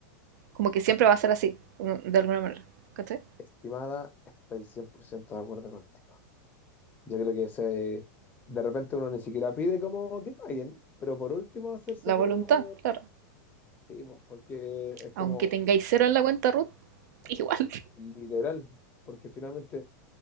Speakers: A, on the right (about 65°); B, on the left (about 15°).
A: Como que siempre va a ser así, ¿no? de alguna manera. ¿Cachai?
B: Estimada, estoy 100% de acuerdo contigo. Yo creo que se, de repente uno ni siquiera pide como que paguen, pero por último hacerse
A: La voluntad,
B: como... eh,
A: claro.
B: sí, po, porque es como
A: Aunque tengáis cero en la cuenta root, <laughs> igual.
B: literal, porque finalmente